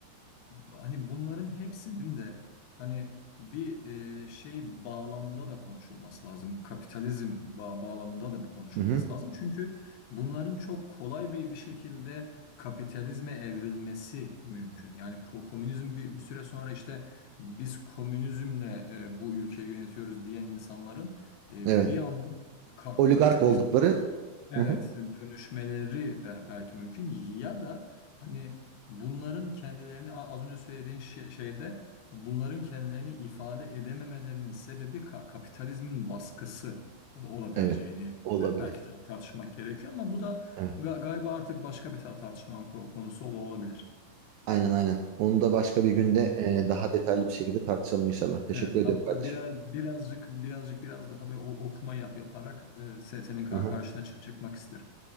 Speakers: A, on the left; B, on the right.
A: e, hani bunların hepsinin de hani bir e, şey bağlamında da konuşulması lazım. Kapitalizm ba- bağlamında da bir konuşulması
B: Hı hı.
A: lazım. Çünkü bunların çok kolay bir bir şekilde kapitalizme evrilmesi mümkün. Yani ko- komünizm bir, bir süre sonra işte biz komünizmle e, bu ülkeyi yönetiyoruz diyen insanların e,
B: Evet.
A: bir anda ka-
B: Oligark
A: kapitalizm
B: oldukları
A: Evet,
B: hı hı.
A: dönüşmeleri be- belki mümkün ya da hani bunların kendilerini a- az önce söylediğin şey- şeyde bunların kendilerini ifade edememelerinin sebebi ka- kapitalizmin baskısı o- olabileceğini
B: Evet. Olabilir.
A: be- belki ta- tartışmak gerekiyor ama bu da
B: Evet.
A: ga- galiba artık başka bir ta- tartışmanın ko- konusu ol- olabilir.
B: Aynen aynen. Onu da başka bir
A: Hı.
B: günde e, daha detaylı bir şekilde tartışalım inşallah. Teşekkür
A: Evet,
B: ediyorum
A: hatta
B: kardeşim.
A: biraz birazcık birazcık biraz daha bir o- okuma yap yaparak e, se- senin kar-
B: Hı hı.
A: karşına çı- çıkmak isterim.